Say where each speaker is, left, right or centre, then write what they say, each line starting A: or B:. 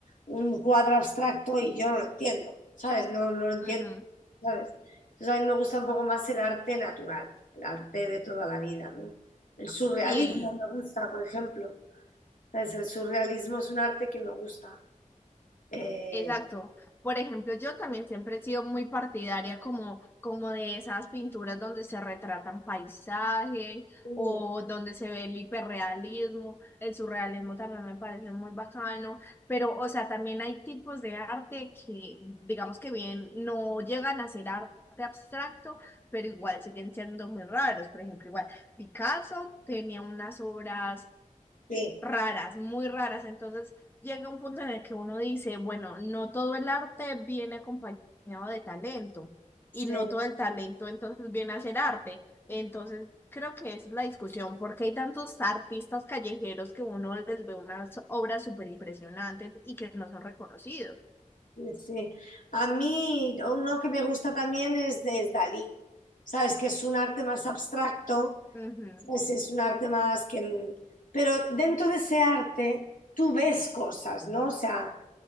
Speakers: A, on the left (about 75°); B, on the left (about 15°).
A: un cuadro abstracto y yo no lo entiendo, ¿sabes? No, no lo entiendo,
B: Ujú.
A: ¿sabes? Entonces a mí me gusta un poco más el arte natural, el arte de toda la vida, ¿no? El surrealismo
B: Sí.
A: me gusta, por ejemplo. ¿Sabes? El surrealismo es un arte que me gusta. Eh,
B: Exacto. Por ejemplo, yo también siempre he sido muy partidaria como, como de esas pinturas donde se retratan paisajes
A: sí,
B: o donde se ve el hiperrealismo, el surrealismo también me parece muy bacano, pero o sea, también hay tipos de arte que digamos que bien no llegan a ser arte abstracto, pero igual siguen siendo muy raros. Por ejemplo, igual Picasso tenía unas obras
A: sí.
B: raras, muy raras. Entonces llega un punto en el que uno dice, bueno, no todo el arte viene acompañado de talento
A: sí.
B: y no todo el talento entonces viene a ser arte. Entonces creo que esa es la discusión, porque hay tantos artistas callejeros que uno les ve unas obras súper impresionantes y que no son reconocidos.
A: Sí, sí. A mí uno que me gusta también es, de es Dalí, ¿sabes? Que es un arte más abstracto,
B: Ujú.
A: ¿sabes? Es un arte más que... Pero dentro de ese arte tú ves cosas, ¿no? O sea,